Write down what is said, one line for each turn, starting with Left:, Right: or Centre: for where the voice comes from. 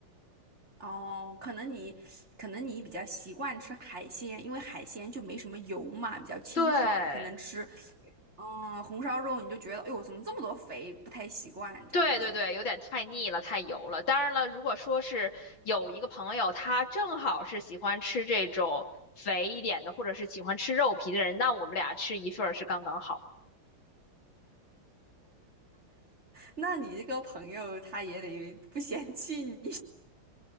Right: 哦，可能你可能你比较习惯吃海鲜，因为海鲜就没什么油嘛，比较清爽，
Left: 对，
Right: 可能吃嗯，红烧肉你就觉得，哎呦，怎么这么多肥，不太习惯这样子。
Left: 对对对，有点太腻了，太油了。当然了，如果说是有一个朋友，他正好是喜欢吃这种肥一点的，或者是喜欢吃肉皮的人，那我们俩吃一份儿是刚刚好。
Right: 那你这个朋友他也得不嫌弃你